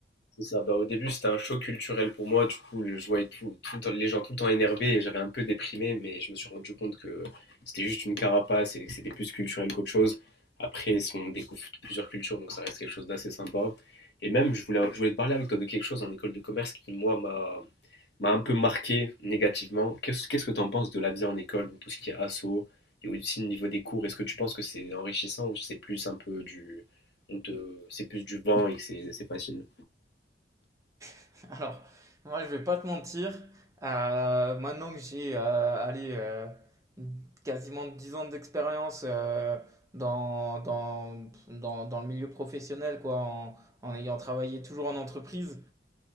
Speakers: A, on the left (about 80°); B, on the right (about 20°).
A: C'est ça. Bah, au début, c'était un choc culturel pour moi. Du coup, le- je voyais tout, tout le temps- les gens tout le temps énervés et j'avais un peu déprimé, mais je me suis rendu compte que c'était juste une carapace et que c'était plus culturel qu'autre chose. Après, si on découvre plusieurs cultures, donc ça reste quelque chose d'assez sympa. Et même, je voulais, je voulais te parler avec toi de quelque chose en école de commerce qui, moi, m'a, m'a un peu marqué négativement. Qu'est-ce, qu'est-ce que tu en penses de la vie en école, donc tout ce qui est asso et aussi le niveau des cours? Est-ce que tu penses que c'est enrichissant ou c'est plus un peu du, on te, c'est plus du vent et que c'est c'est facile?
B: <laughs> Alors, moi, je vais pas te mentir, euh, maintenant que j'ai euh, allez, euh, quasiment 10 ans d'expérience euh, dans, dans, dans, dans le milieu professionnel, quoi, en, en ayant travaillé toujours en entreprise,